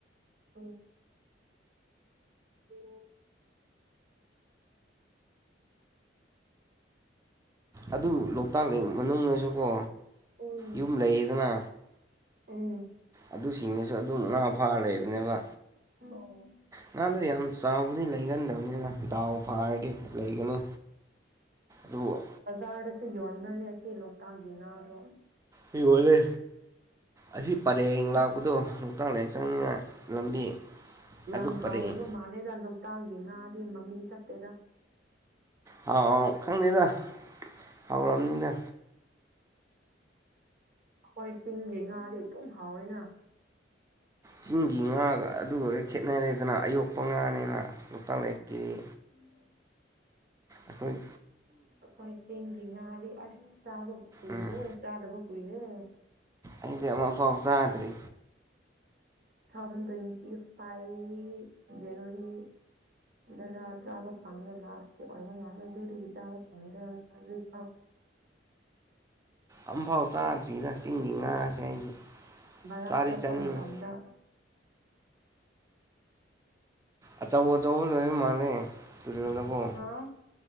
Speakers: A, on the right (about 50°); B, on the right (about 15°).
A: ꯎꯝ <unintelligible>
B: ꯑꯗꯨ ꯂꯣꯛꯇꯥꯛ ꯂꯦꯛ ꯃꯅꯨꯡꯗꯁꯨꯀꯣ
A: ꯎꯝ
B: ꯌꯨꯝ ꯂꯩꯌꯦꯗꯅ
A: ꯎꯝ
B: ꯑꯗꯨꯁꯤꯡꯅꯦꯁꯨ ꯑꯗꯨꯝ ꯉꯥ ꯐꯥꯔꯒ ꯂꯩꯕꯅꯦꯕ
A: ꯑꯣ
B: ꯉꯥꯗꯣ ꯌꯥꯝ ꯆꯥꯎꯕꯗꯤ ꯂꯩꯒꯟꯗꯕꯅꯤꯊ ꯗꯥꯎ ꯐꯥꯔꯗꯤ ꯂꯩꯒꯅꯤ ꯗꯨ
A: ꯕꯖꯥꯔꯗꯁꯨ ꯌꯣꯟꯕ꯭ꯔꯅꯦ ꯁꯤ ꯂꯣꯛꯇꯥꯛꯒꯤ ꯉꯥꯗꯣ
B: ꯍꯤ ꯍꯣꯜꯂꯦ ꯑꯁꯤ ꯄꯔꯦꯡ ꯂꯥꯛꯄꯗꯣ ꯂꯣꯛꯇꯥꯛꯂꯦꯛ ꯆꯪꯅꯤꯉꯥꯏ ꯂꯝꯕꯤ
A: ꯌꯥꯝ
B: ꯑꯗꯨ ꯄꯔꯦꯡ
A: ꯍꯥꯎꯗꯕ ꯃꯥꯜꯂꯦꯗ ꯂꯣꯛꯇꯥꯛꯒꯤ ꯉꯥꯗꯤ ꯃꯃꯤꯡ ꯆꯠꯇꯦꯗ
B: ꯍꯥꯎ ꯈꯪꯗꯦꯗ ꯍꯥꯎꯔꯝꯅꯤꯗ
A: ꯑꯈꯣꯏ ꯆꯤꯡꯒꯤ ꯉꯥꯗꯤ ꯑꯗꯨꯝ ꯍꯥꯎꯋꯦꯅ
B: ꯆꯤꯡꯒꯤ ꯉꯥꯒ ꯑꯗꯨꯒ ꯈꯦꯠꯅꯔꯦꯗꯅ ꯑꯌꯣꯛꯄ ꯉꯥꯅꯤꯅ ꯂꯣꯛꯇꯥꯛ ꯂꯦꯛꯀꯤꯗꯤ
A: <inaudible>
B: ꯑꯈꯣꯏ
A: ꯑꯩꯈꯣꯏ ꯆꯤꯡꯒꯤ ꯉꯥꯗꯤ ꯑꯁ ꯆꯥꯕ ꯀꯨꯏꯔꯦ
B: ꯎꯝ
A: ꯆꯥꯗꯕ ꯀꯨꯏꯔꯦ
B: ꯑꯩꯗꯤ ꯑꯃꯐꯥꯎ ꯆꯥꯗ꯭ꯔꯤ
A: ꯊꯥꯎꯖꯟ ꯇ꯭ꯋꯦꯟꯇꯤ ꯐꯥꯏꯚ ꯖꯟꯋꯥꯔꯤ ꯗꯥꯔꯥ ꯆꯥꯕ ꯐꯪꯉꯦ ꯂꯥꯁꯀꯤ ꯑꯣꯏꯕ ꯃꯥꯜꯂꯦ ꯑꯗꯨ ꯑꯗꯨꯒꯤ ꯆꯥꯕ ꯐꯪꯗ꯭ꯔꯦ ꯍꯧꯖꯤꯛꯐꯧ
B: ꯑꯝꯐꯥꯎ ꯆꯥꯗ꯭ꯔꯤꯗ ꯆꯤꯡꯒꯤ ꯉꯥꯁꯦ ꯑꯩꯗꯤ
A: ꯚꯔꯥꯛ
B: ꯆꯥꯗꯤ
A: ꯆꯠꯄ
B: ꯆꯥꯅꯤꯡꯉꯤ
A: ꯃꯇꯝꯗ
B: ꯑꯆꯧ ꯑꯆꯧꯕ ꯂꯣꯏꯕ ꯃꯥꯜꯂꯦ ꯇꯨꯔꯦꯜꯗꯀꯣ
A: ꯍꯥ